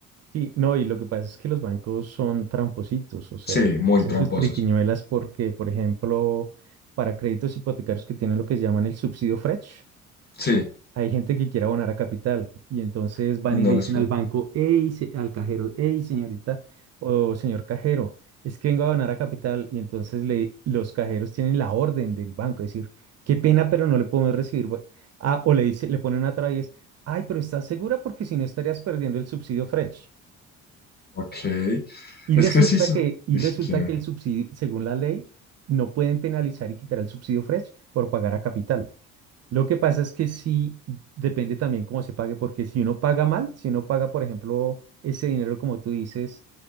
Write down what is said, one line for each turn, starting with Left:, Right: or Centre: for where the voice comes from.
Right: Sí, no, y lo que pasa es que los bancos son trampositos, o sea,
Left: Sí, muy
Right: hacen
Left: tramposos.
Right: sus triquiñuelas porque, por ejemplo, para créditos hipotecarios que tienen lo que llaman el subsidio Fresh,
Left: Sí,
Right: hay gente que quiere abonar a capital y entonces van
Left: y no
Right: y le dicen
Left: les para.
Right: al banco, hey, se- al cajero, hey, señorita o señor cajero, es que vengo a abonar a capital y entonces le, los cajeros tienen la orden del banco, decir, qué pena, pero no le podemos recibir. bo- Ah, o le dice, le ponen una traba y es, ay, pero ¿estás segura? Porque si no estarías perdiendo el subsidio Fresh.
Left: Ok.
Right: Y
Left: Es
Right: resulta
Left: que sí son.
Right: que, y
Left: es
Right: resulta
Left: que,
Right: que el subsidio, según la ley, no pueden penalizar y quitar el subsidio Fresh por pagar a capital. Lo que pasa es que sí depende también cómo se pague, porque si uno paga mal, si uno paga, por ejemplo, ese dinero, como tú dices,